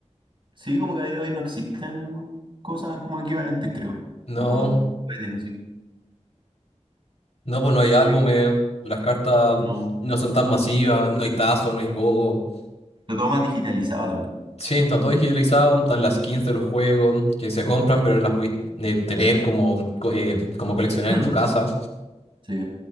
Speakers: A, on the right (about 45°); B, on the left (about 65°).
A: Sí, como que a día de hoy no existen cosas como equivalentes, creo.
B: No,
A: Como juguetes así.
B: no, pues no hay álbumes.
A: Sí,
B: Las cartas
A: no.
B: no son tan masivas. No hay tazos, no hay gogo.
A: Pero todo más digitalizado también.
B: Sí, está todo digitalizado, están las skins de los juegos que se compran, pero no las puedes eh, tener como, co- eh, como coleccionar
A: <clears throat>
B: en tu casa.
A: Sí,